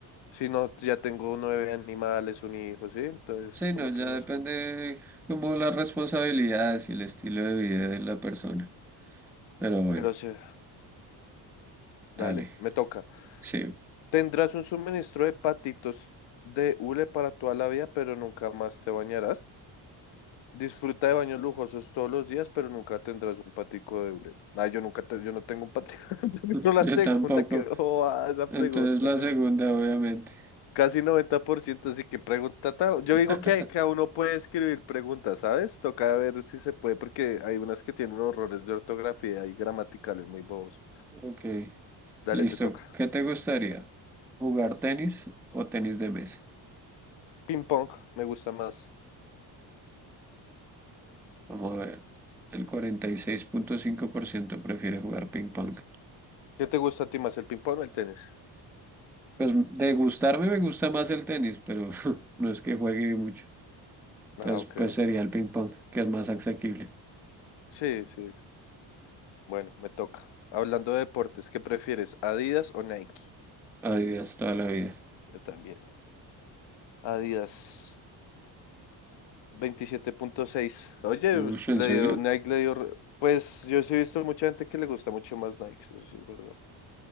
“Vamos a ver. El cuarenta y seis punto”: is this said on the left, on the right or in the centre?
Centre